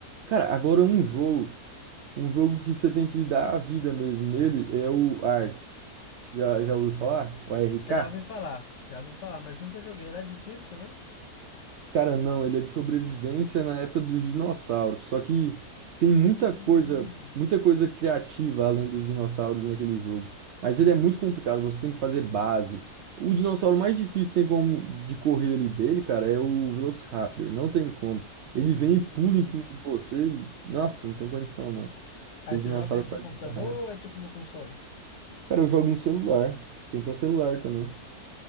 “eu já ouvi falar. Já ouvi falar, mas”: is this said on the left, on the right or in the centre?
Left